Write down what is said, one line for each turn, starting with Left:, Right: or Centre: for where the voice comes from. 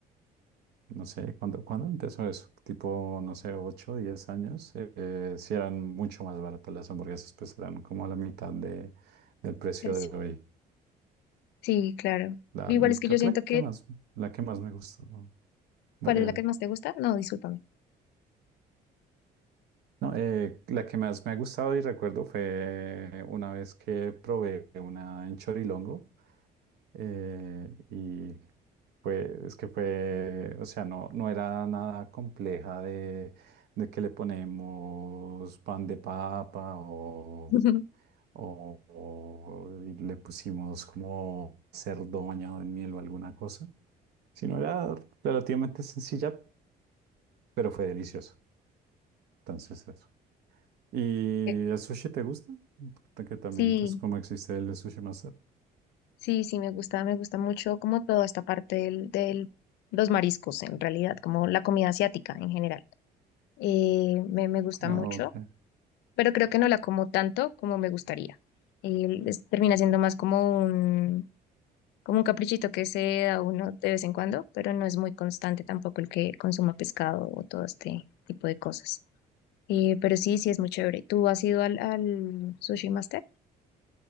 Right: No sé, ¿cuándo, cuándo empezó eso? Tipo, no sé, ocho diez años. Eh, eh, sí eran mucho más baratas las hamburguesas, pues eran como a la mitad de, del precio
Left: Pues,
Right: de hoy.
Left: sí, claro.
Right: La,
Left: Igual es que
Right: creo
Left: yo siento
Right: que la
Left: que,
Right: que más, la que más me gustó. ¿no? Dale,
Left: ¿cuál es
Right: dale.
Left: la que más te gusta? No, discúlpame.
Right: No, eh, la que más me ha gustado y recuerdo fue una vez que probé una en Chorilongo eh, y fue, es que fue, o sea, no, no era nada compleja de, de que le ponemos pan de papa o,
Left: <laughs>
Right: o- o le pusimos como cerdo bañado en miel o alguna cosa, sino era relativamente sencilla, pero fue delicioso. Entonces, eso. ¿Y
Left: Eh,
Right: el sushi te gusta? Ta- Que también,
Left: Sí,
Right: pues, como existe el sushi masa.
Left: sí, sí, me gusta, me gusta mucho como toda esta parte del, del, los mariscos en realidad, como la comida asiática en general. eh, me, me gusta
Right: Ok.
Left: mucho, pero creo que no la como tanto como me gustaría. Y es- termina siendo más como un, como un caprichito que se da uno de vez en cuando, pero no es muy constante tampoco el que consuma pescado o todo este tipo de cosas. Eh, pero sí, sí es muy chévere. ¿Tú has ido al, al Sushi Master?